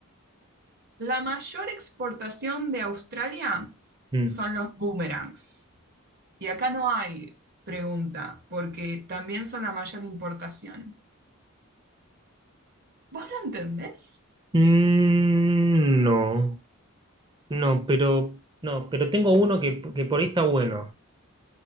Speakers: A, on the right; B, on the right.
A: la mayor exportación de Australia
B: Mm.
A: son los boomerangs. Y acá no hay pregunta, porque también son la mayor importación. ¿Vos lo entendés?
B: Mm, no, no, pero no, pero tengo uno que, que por ahí está bueno,